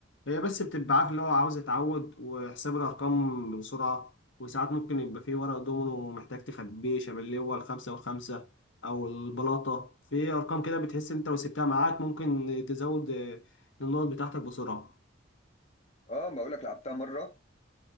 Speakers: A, on the left; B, on the left.
A: هي بس بتبقى عارف اللي هو عاوز يتعود وحساب الارقام بسرعه وساعات ممكن يبقى فيه ورق دومينو محتاج تخبيه شبه اللي هو الخمسه والخمسه او البلاطه في ارقام كده بتحس انت لو سبتها معاك ممكن تزود آه، النقط بتاعتك بسرعه
B: اه بقول لك لعبتها مره